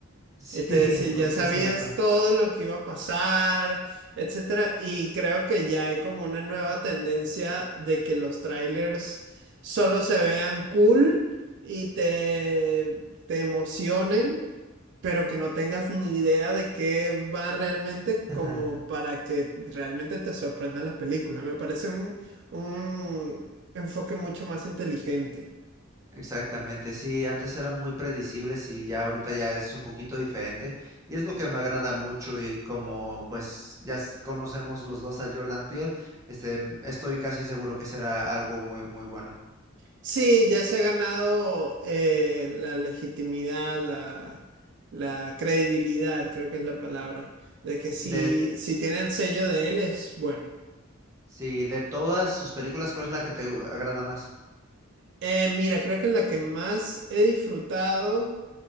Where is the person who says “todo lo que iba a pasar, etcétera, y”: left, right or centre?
Right